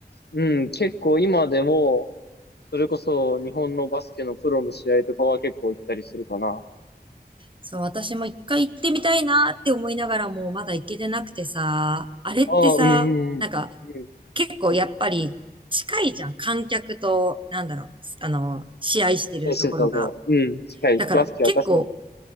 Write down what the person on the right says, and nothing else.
そう、私も一回行ってみたいなって思いながらもまだ行けてなくてさ、あれってさ、
なんか
結構やっぱり近いじゃん。観客と、なんだろう、あの、試合してるところが。
だから結構、